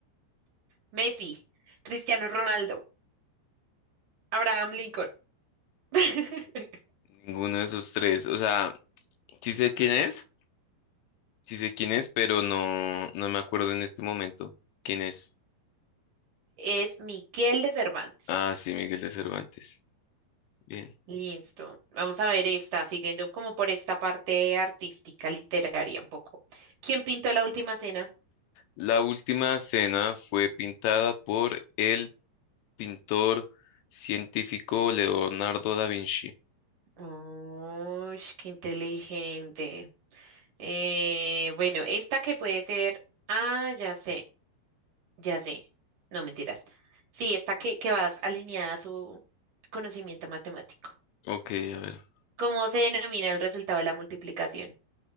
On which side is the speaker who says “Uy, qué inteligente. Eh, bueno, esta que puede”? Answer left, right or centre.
Right